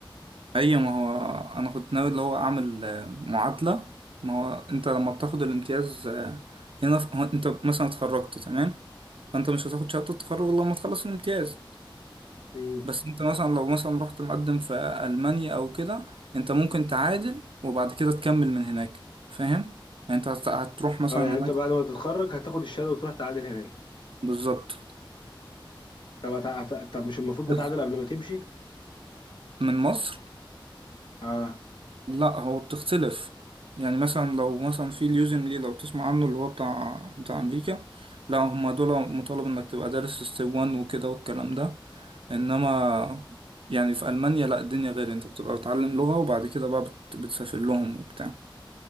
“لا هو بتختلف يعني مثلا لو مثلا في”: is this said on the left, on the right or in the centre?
Right